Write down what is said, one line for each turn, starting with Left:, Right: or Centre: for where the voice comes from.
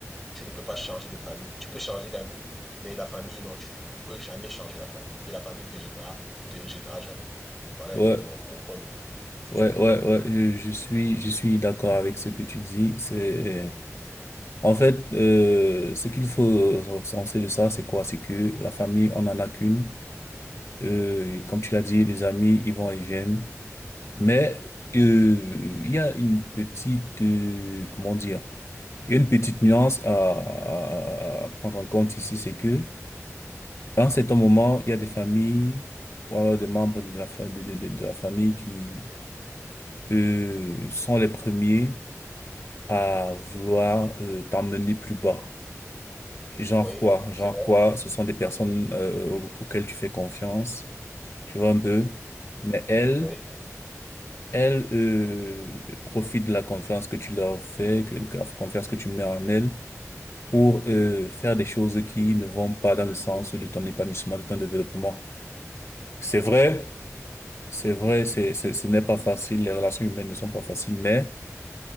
Centre: tu ne peux pas changer de famille. Tu peux changer d'amis, mais la famille, non, tu ne peux jamais changer la famille. Et la famille te jettera, ne te rejettera jamais. Voilà
Left: Ouais,
Centre: un peu mon, mon point de vue. sur
Left: ouais,
Centre: ce point.
Left: ouais, ouais, je, je suis, je suis d'accord avec ce que tu dis. C'est, euh, En fait, euh, ce qu'il faut recenser de ça, c'est quoi? C'est que la famille, on en a qu'une. Euh, comme tu l'as dit, les amis, ils vont et viennent. Mais euh, il y a une petite, euh, comment dire, il y a une petite nuance à, à- à prendre en compte ici, c'est que à un certain moment, il y a des familles ou alors des membres de la, fa- de, de- de- de la famille qui euh, sont les premiers à vouloir euh, t'emmener plus bas. Genre
Centre: Oui,
Left: quoi? Genre
Centre: c'est vrai.
Left: quoi? Ce sont des personnes euh, aux- auxquelles tu fais confiance, tu vois un peu. Mais elles,
Centre: Oui,
Left: elles euh, profitent de la confiance que tu leur fais, que, que la confiance que tu mets en elles, pour euh, faire des choses qui ne vont pas dans le sens de ton épanouissement, de ton développement. C'est
Centre: oui,
Left: vrai, c'est vrai, c'est, c'est, ce n'est pas facile, les relations humaines ne sont pas faciles, mais